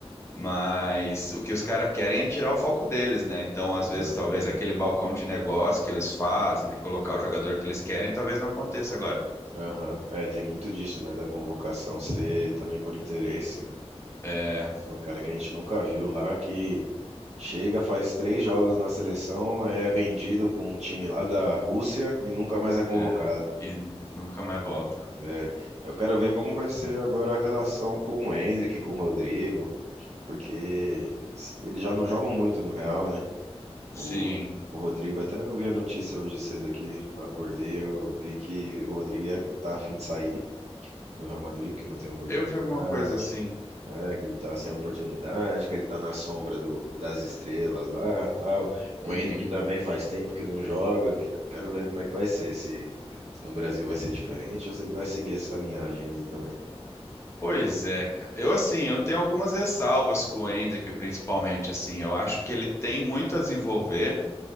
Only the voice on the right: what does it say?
Exatamente.
Aham. É, tem muito disso, né? Da convocação ser também por interesse, né?
O cara que a gente nunca viu lá, que chega, faz três jogos na seleção, é vendido para um time lá da Rússia e nunca mais é convocado.
É, eu quero ver como vai ser agora a relação com o Endrick, com o Rodrigo, porque eles já não jogam muito no Real, né?
O, o Rodrigo, até eu vi a notícia hoje cedo aqui, quando eu acordei, eu vi que o Rodrigo ia- tá a fim de sair do Real Madrid, porque não tem oportunidade.
É, que ele tá sem oportunidade, que ele tá na sombra do, das estrelas lá, tal. O
Hendrick também faz tempo que não joga. que- Quero ver como é que vai ser, se, se no Brasil vai ser diferente ou se ele vai seguir essa linhagem aí também.